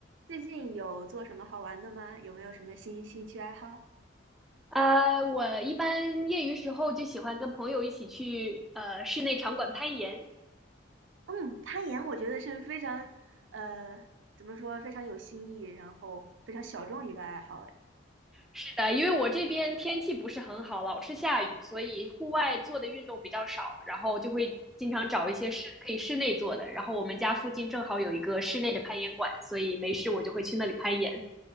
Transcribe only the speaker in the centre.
呃，我一般业余时候就喜欢跟朋友一起去呃室内场馆攀岩。
是的，因为我这边天气不是很好，老是下雨，所以户外做的运动比较少，然后就会经常找一些室可以室内做的。然后我们家附近正好有一个室内的攀岩馆，所以没事我就会去那里攀岩。